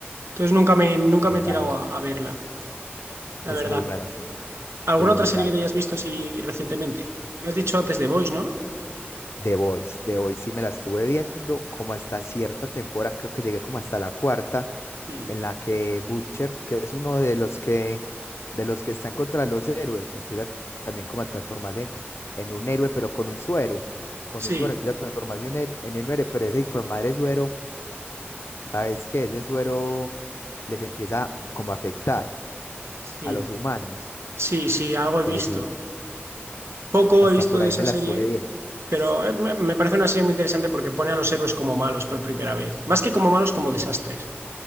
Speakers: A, on the right; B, on the left.
A: Entonces nunca me, nunca
B: y
A: me
B: es
A: he
B: rara,
A: tirado a, a verla, la
B: es
A: verdad.
B: muy rara, sí,
A: ¿Alguna
B: es muy
A: otra
B: rara.
A: serie que te hayas visto así recientemente? Me has dicho antes de Boys, ¿no?
B: The Voice, The Voice sí me la estuve viendo como hasta cierta temporada, creo que llegué como hasta la cuarta
A: Sí.
B: en la que Butcher, que es uno de los que, de los que están contra los héroes, empieza t- también como a transformarse en un héroe, pero con un suero. Con
A: Sí,
B: un suero empieza a transformarse un héroe- en un héroe, pero ese hijo de madre suero, ¿sabes qué? Ese suero les empieza como a afectar
A: sí,
B: a los humanos.
A: sí, sí, algo he
B: Entonces
A: visto.
B: sí,
A: Poco
B: hasta
A: he visto
B: por
A: de
B: ahí
A: esa
B: me la
A: serie,
B: estuve bien,
A: Pero eh, me me parece una serie muy interesante porque pone a los héroes como malos por primera vez. Más que como malos, como desastres.